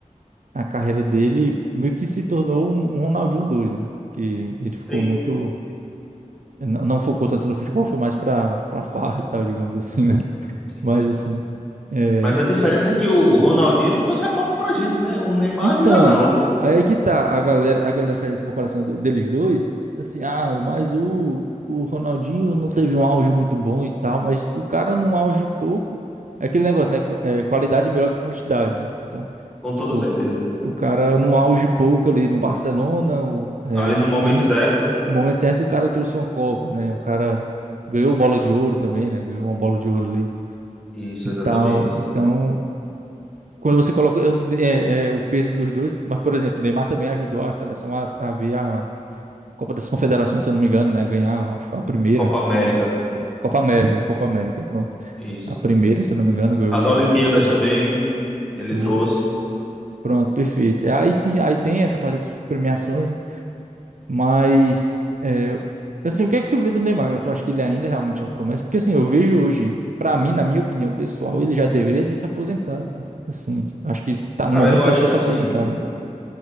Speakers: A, on the right; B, in the centre.
A: a carreira dele meio que se tornou um um Ronaldinho 2, né? Que ele ficou
B: sim,
A: muito. Não, não focou tanto no futebol, foi mais pra, pra farra e tal, digamos assim, né? <laughs>
B: sim,
A: Mas
B: sim.
A: assim. é,
B: Mas a diferença é que o Ronaldinho ele trouxe a Copa pra gente, né? O Neymar
A: Então,
B: ainda não,
A: aí é que tá, a galera, a galera faz essa comparação do- deles dois. Assim, ah, o- mas o, o Ronaldinho não teve um auge muito bom e tal, mas o cara num auge pouco. É aquele negócio, né? qu- É, qualidade é melhor que quantidade, né? Então,
B: com toda
A: tipo,
B: certeza.
A: o cara no auge pouco ali no Barcelona, o- é,
B: Ali
A: enfim.
B: no momento certo.
A: No momento certo, o cara trouxe uma Copa, né? O cara ganhou bola de ouro também, né? Ganhou uma bola de ouro ali
B: Isso,
A: e
B: exatamente.
A: tal. Então, quando você coloca eu- é, é, o peso dos dois, mas, por exemplo, o Neymar também ajudou a seleção a, a ver a Copa das Confederações, se eu não me engano, né? Ganhar, acho que foi a primeira.
B: Copa América,
A: Copa América, Copa América, pronto.
B: isso.
A: A primeira, se eu não me engano, ganhou
B: As Olimpíadas
A: o-
B: também ele
A: do.
B: trouxe.
A: Pronto, perfeito. Aí sim, aí tem essa parte das premiações Mas, é, assim, o que é que tu vê do Neymar? Tu acha que ele ainda realmente é uma promessa? Porque, assim, eu vejo hoje, pra mim, na minha opinião pessoal, ele já deveria ter se aposentado, cara. Assim, acho que tá
B: Cara,
A: no momento
B: eu
A: certo
B: acho
A: pra se
B: assim,
A: aposentar, velho.